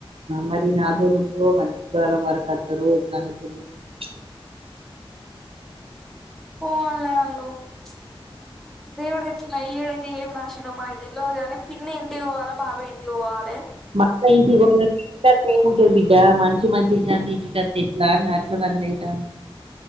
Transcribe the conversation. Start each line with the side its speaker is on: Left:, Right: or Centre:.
Right: మరి ఈ నాలుగు రోజలు ఉంటరో మరి, శుక్రవారం వరకు ఓతరో ఎట్ల అనేది తెల్వదు. ప్చ్ <inaudible>
Centre: పోఅన్లే ఆళ్ళు ఉచ్ దేవుడు ప్చ్ ఈ ఇ యేడు ఏం రాసిండో మాక్ తెల్వద్ గాని. పిన్ని ఇంటికి పోవాలె, బాబాయ్ ఇంటి పోవాలె
Right: మా అత్త ఇంటికి పోవాలా ఇంటి కాడ చేయవు. తో బిడ్డ మంచి మంచి గానిది ఇంటికి అద్దె ఎట్ల అని అట్ల రంది అయితాన్ది.